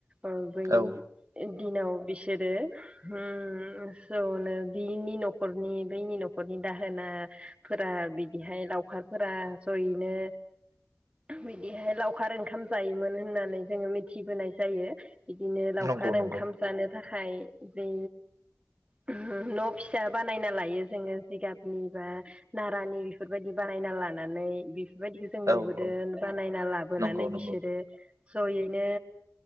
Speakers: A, on the right; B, on the right.
A: उम बै
B: औ
A: दिनाव बिसोरो उम जनो बिनि नखरनि बैनि नखरनि दाहोना फोरा बिदिहाय लावखारफोरा जयैनो बिदिहाय लावखार ओंखाम जायोमोन होननानै जोङो मिथिबोनाय जायो। बिदिनो लावखार
B: नंगौ नंगौ
A: ओंखाम जानो थाखाय बै न फिसा बानायना लायो जोङो जिगाबनि बा नारानि बेफोरबायदि बानायना लानानै बेबायदिखो जों नुबोदों
B: औ औ
A: बानायनायना लाबोनानै
B: नंगौ नंगौ
A: बिसोरो जयैनो